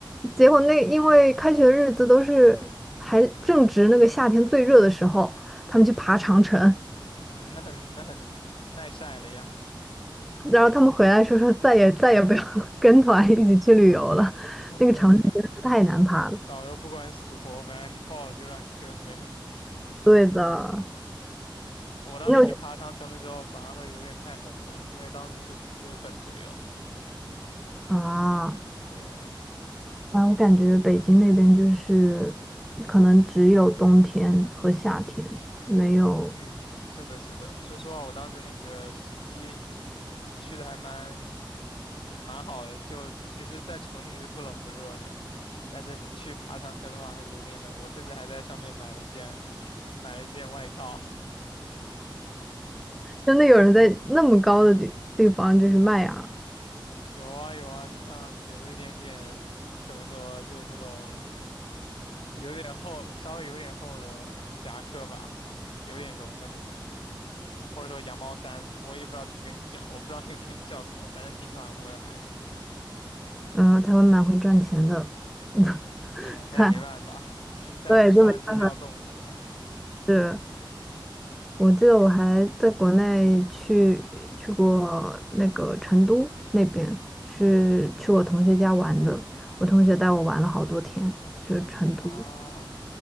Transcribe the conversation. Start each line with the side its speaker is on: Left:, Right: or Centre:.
Centre: 结果那因为开学日子都是还正值那个夏天最热的时候，他们去爬长城，
Left: 嗯，那很那很耐晒了呀，
Centre: 然后他们回来说说再也再也不要 <laughs> 跟团一起去旅游了，
Left: <laughs>
Centre: 那个长城真的是太难爬了。
Left: 这导游不管死活，反正你报了就让你跟呗。
Centre: 对的，
Left: 嗯，我当时去爬长城的时候，
Centre: 你有
Left: 反而会有点太冷了，因为当时是五月份左右。
Centre: 啊
Left: 对，
Centre: 啊，我感觉北京那边就是可能只有冬天和夏天，没有
Left: 嗯，是的，是的。说实话，我当时那个时机去的还蛮 <laughs> 蛮好的，就其实在城里是不冷不热的，但是你去爬长城的话还是有点冷。我甚至还在上面买了一件 <laughs> 买了一件外套。
Centre: 真的有人在那么高的地地方就是卖啊。
Left: 有啊有啊，就像有一点点怎么说，就那种有点厚，稍微有点厚的夹克吧，有点绒的那种，嗯，或者说羊毛衫，我也不知道怎么跟你讲，我不知道那个东西叫什么，反正挺暖和的还。
Centre: 然后台湾蛮会赚钱的，<laughs>
Left: 对，那也没办法，
Centre: 在
Left: <laughs> 再不穿真的要冻死了
Centre: 对，就没办法。是我记得我还在国内去去过那个成都那边，是去我同学家玩的，我同学带我玩了好多天，去成都。
Left: 啊！